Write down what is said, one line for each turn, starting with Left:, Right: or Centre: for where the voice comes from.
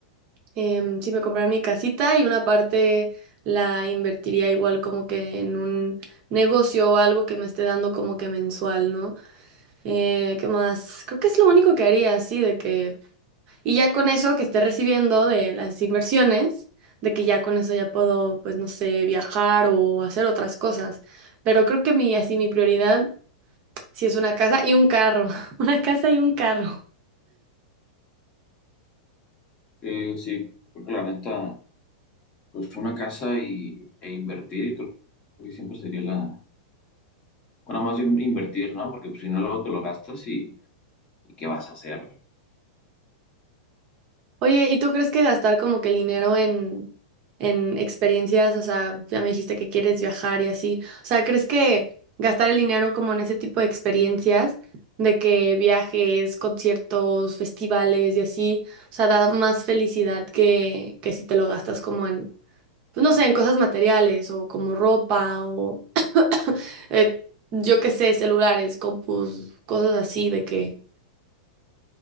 Right: Em, sí, me compraría mi casita y una parte la invertiría igual como que en un negocio o algo que me esté dando como que mensual, ¿no? Eh, ¿qué más? Creo que es lo único que haría, sí, de que... Y ya con eso que esté recibiendo de las inversiones, de que ya con eso ya puedo, pues no sé, viajar o hacer otras cosas. Pero creo que mi, así, mi prioridad sí es una casa y un carro. <laughs> Una casa y un carro.
Left: Eh, sí, creo que la neta, pues una casa y, e invertir, creo que siempre sería la, bueno, más bien invertir, ¿no? Porque pues, si no, luego te lo gastas y, y ¿qué vas a hacer?
Right: Oye, ¿y tú crees que gastar como que el dinero en, en experiencias, o sea, ya me dijiste que quieres viajar y así, o sea, ¿crees que gastar el dinero como en ese tipo de experiencias, de que viajes, conciertos, festivales y así, o sea, da más felicidad que, que si te lo gastas como en, pues no sé, en cosas materiales o como ropa o eh, yo qué sé, celulares, compus, cosas así, de que